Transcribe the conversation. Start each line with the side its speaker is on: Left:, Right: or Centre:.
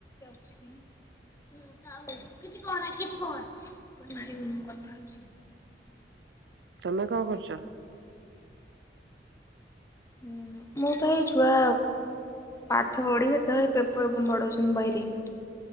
Left: <unintelligible> ମାରିବି ମୁଁ କଥା ହଉଚି।
Right: ତମେ କଣ କରୁଚ?
Left: ମୁଁ ତ ଏଇ ଛୁଆ ପାଠ ପଢିବେ ତ ପେପର ମଡଉଛନ୍ତି ବହିରେ।